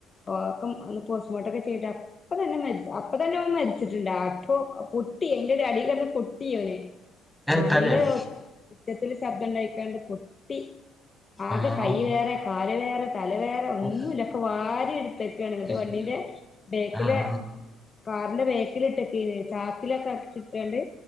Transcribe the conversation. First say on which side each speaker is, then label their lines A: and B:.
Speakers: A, on the left; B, in the centre.
A: പോക്കും അന്ന് പോസ്റ്റ്മോർട്ടം ഒക്കെ ചെയ്ത അപ്പൊ തന്നെ മരിച്ച അപ്പൊ തന്നെ ഓൻ മരിച്ചിട്ട്ണ്ട അപ്പൊ പൊട്ടി അയിന്റ അടി കെടന്ന് പൊ പൊട്ടി ഓന്
B: ഏ
A: നല്ല
B: തലയോ
A: ഉച്ചത്തില് ശബ്ദം ണ്ടായിക്കാണ്ട് പൊട്ടി ആകെ
B: ആഹ്
A: കയ്യ്
B: ഓ
A: വേറെ കാല് വേറെ തല വേറെ ഒന്നുല്ല
B: ഉഫ്
A: ഒക്കെ വാരി എടുത്ത ക്കണ്ട്
B: അയ്യോ
A: വണ്ടീന്റെ ബേക്കില്
B: ആഹ്
A: കാറിന്റെ ബേക്കിലിട്ടക്കെയ്ന്. ചാക്കിലൊക്കെ ചുട്ടാണ്ട്